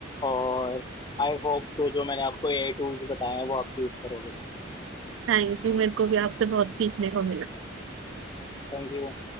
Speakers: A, on the left; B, on the right.
A: और आई होप जो जो मैंने आपको एआई टूल्स बताए हैं वो आप यूज करोगे
B: थैंक यू मेरे को भी आपसे बहुत सीखने को मिला
A: Thank you